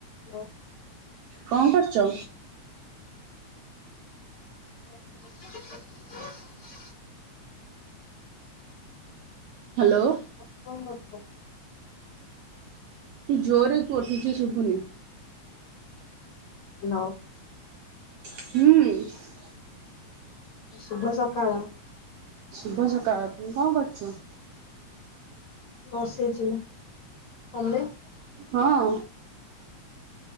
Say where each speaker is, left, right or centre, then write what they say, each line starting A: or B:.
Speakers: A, on the left; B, on the right.
A: Hello
B: କଣ କରଚ?
A: <unintelligible>
B: Hello.
A: ତମେ କଣ କରୁଚ?
B: ଟି ଜୋରରେ ଠିକସେ ଶୁବୁନି।
A: ହାଲୋ।
B: ହୁଁ।
A: ଶୁଭ ସକାଳ।
B: ଶୁଭସକାଳ ତୁମେ କଣ କରୁଛୁ।
A: ବସିଚି ତମେ?
B: ହଁ।